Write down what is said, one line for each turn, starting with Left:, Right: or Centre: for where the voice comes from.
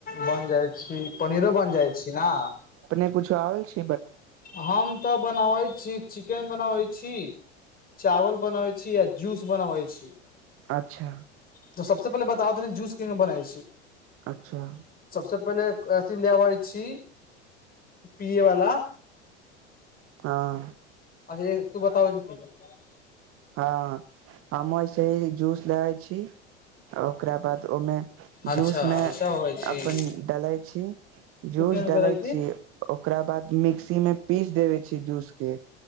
Left: बनि जाइ छी पनीरो बनि जाइ छी ना
Right: नै कुछो आबै छै
Left: हम तऽ बनाबैत छी चिकेन बनाबैत छी चावल बनाबै छी या जूस बनाबै छी
Right: अच्छा
Left: त सबस पहिले बताब' तने जूस कैमे बनै छै
Right: अच्छा
Left: सबसँ पहिले अथी ले आबइ छी पियै बला
Right: हँ
Left: अरे तू बताब' तनी
Right: हँ हमस जूस लेै छी ओकरा बाद ओमे
Left: अच्छा
Right: जूसमे
Left: ऐसा होबै छी
Right: अपन डलै छीयै जूस
Left: तू केहन
Right: डले
Left: करै छी
Right: छियै ओकरा बाद मिक्सीमे पीस देबे छियै जूस के